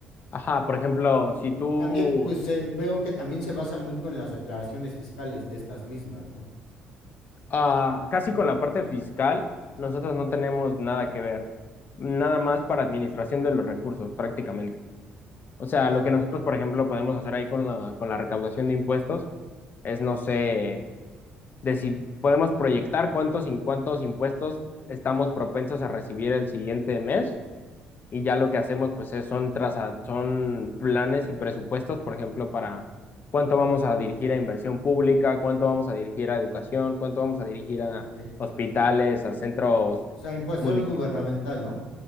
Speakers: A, on the left (about 40°); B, on the left (about 70°).
A: Ajá, por ejemplo, si
B: Mm,
A: tú,
B: También, pues eh, veo que también se basan mucho en las declaraciones fiscales de estas mismas, ¿no?
A: ah, casi con la parte fiscal, nosotros no tenemos nada que ver, nada más para administración de los recursos prácticamente. O sea,
B: Claro,
A: lo que nosotros, por ejemplo, podemos hacer ahí con la, con la recaudación de impuestos es, no sé, de si podemos proyectar cuántos y cuántos impuestos estamos propensos a recibir el siguiente mes y ya lo que hacemos pues es- son, traza- son planes y presupuestos, por ejemplo, para cuánto vamos a dirigir a inversión pública, cuánto vamos a dirigir a educación, cuánto vamos a dirigir a
B: ok.
A: hospitales, a centros
B: O sea, en cuestión
A: municipales.
B: gubernamental, ¿no?